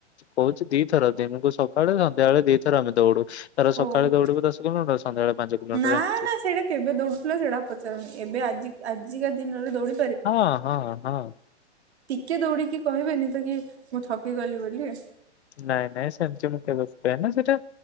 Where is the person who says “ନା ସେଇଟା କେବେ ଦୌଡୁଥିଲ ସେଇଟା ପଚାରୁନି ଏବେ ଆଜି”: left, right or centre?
Right